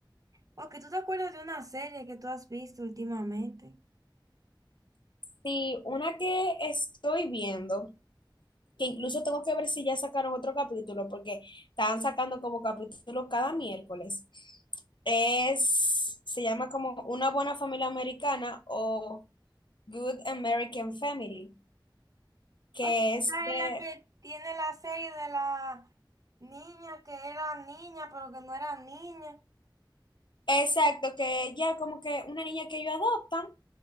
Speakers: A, on the right; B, on the left.
A: Porque tú te acuerdas de una serie que tú has visto últimamente.
B: Sí, una que estoy viendo, que incluso tengo que ver si ya sacaron otro capítulo porque estaban sacando como capítulos cada miércoles. Es, se llama como Una buena familia americana o Good American Family, que
A: Porque esa
B: es de
A: es la que tiene la serie de la niña que era niña, pero que no era niña.
B: Exacto, que ella como que una niña que ellos adoptan,